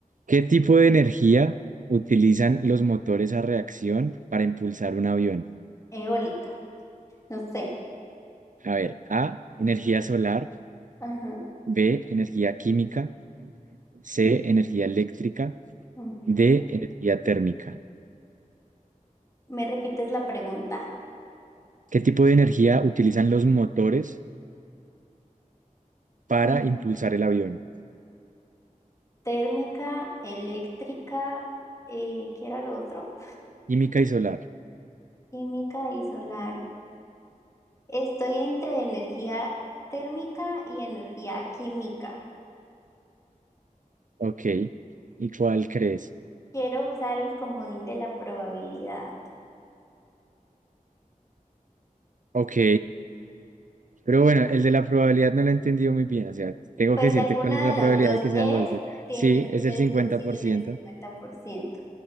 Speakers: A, on the right; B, on the left.
A: ¿Qué tipo de energía utilizan los motores a reacción para impulsar un avión?
B: Eólica. No sé.
A: A ver, A, energía solar,
B: Ajá.
A: B, energía química, C, energía eléctrica,
B: ujú.
A: D, energía térmica.
B: ¿Me repites la pregunta?
A: ¿Qué tipo de energía utilizan los motores para
B: Ujú.
A: impulsar el avión?
B: Térmica, eléctrica, eh, ¿qué era lo otro?
A: Química y solar.
B: Química y solar. Estoy entre energía térmica y energía química.
A: Ok. ¿Y cuál crees?
B: Quiero usar el comodín de la probabilidad.
A: Ok. Pero bueno, el de la probabilidad no lo he entendido muy bien. O sea, tengo
B: Pues
A: que decirte
B: si alguna
A: cuál es la
B: de las
A: probabilidad
B: dos
A: de que sean
B: es,
A: los dos.
B: tienes
A: Sí,
B: que
A: es el
B: decir
A: cincuenta
B: si
A: por
B: es
A: ciento.
B: del cincuenta por ciento